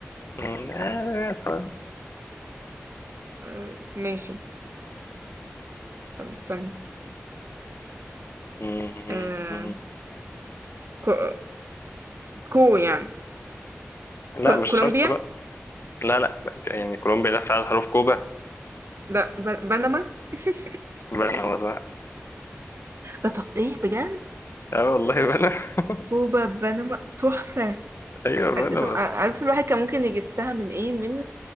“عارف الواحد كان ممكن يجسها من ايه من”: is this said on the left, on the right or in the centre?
Right